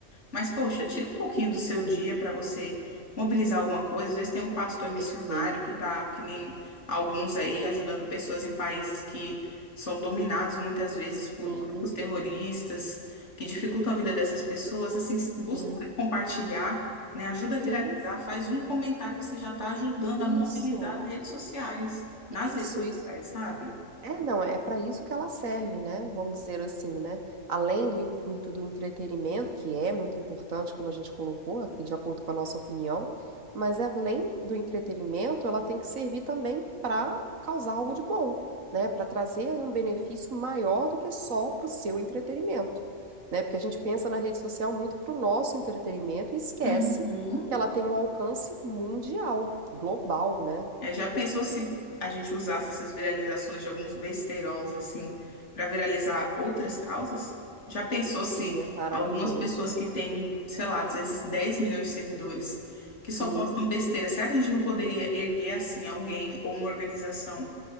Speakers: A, on the left; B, on the right.
A: Mas, poxa, tira um pouquinho do seu dia para você mobilizar alguma coisa. Às vezes tem um pastor missionário
B: Perfeito.
A: que tá, que nem alguns aí, ajudando pessoas em países que são dominados muitas vezes por
B: Sim,
A: grupos terroristas, que dificultam a vida dessas pessoas. Assim, busca
B: sim,
A: compartilhar, né? Ajuda a viralizar,
B: sim.
A: faz um comentário que você já está ajudando a mobilizar
B: Isso,
A: as redes sociais, nas
B: isso,
A: redes sociais,
B: isso.
A: sabe?
B: É, não, é para isso que ela serve, né? Vamos dizer assim, né? Além do intuito do entretenimento, que é muito importante, como a gente colocou aqui, de acordo com a nossa opinião, mas além do entretenimento, ela tem que servir também para causar algo de bom, né? Para trazer aí um benefício maior do que só para o seu entretenimento, né? Porque a gente pensa na rede social muito para o nosso entretenimento e esquece
A: Uhum.
B: que ela tem um alcance mundial, global, né?
A: É, já pensou se a gente usasse essas viralizações de alguns besteiros assim para viralizar outras causas? Já pensou
B: Seria
A: se
B: maravilhoso.
A: algumas pessoas que têm, sei lá, às vezes 10 milhões de seguidores que
B: Sim.
A: só postam besteira, será que a gente não poderia erguer assim alguém ou uma organização